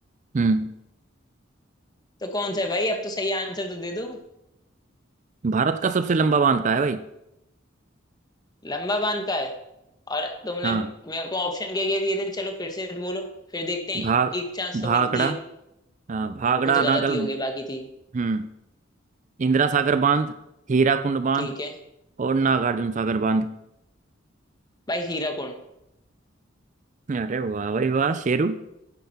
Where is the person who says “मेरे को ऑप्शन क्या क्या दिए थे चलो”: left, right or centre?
Left